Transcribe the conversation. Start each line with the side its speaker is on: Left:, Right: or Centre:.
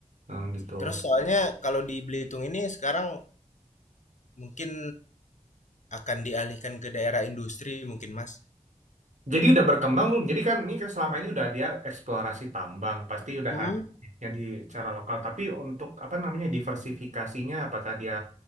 Right: Hmm, gitu.
Left: Terus soalnya kalau di Belitung ini sekarang mungkin akan dialihkan ke daerah industri mungkin Mas.
Right: Jadi udah berkembang belum? Jadi kan ini kan selama ini udah dia eksplorasi tambang, pasti udah
Left: Hmm.
Right: ada ya di cara lokal. Tapi untuk apa namanya diversifikasinya, apakah dia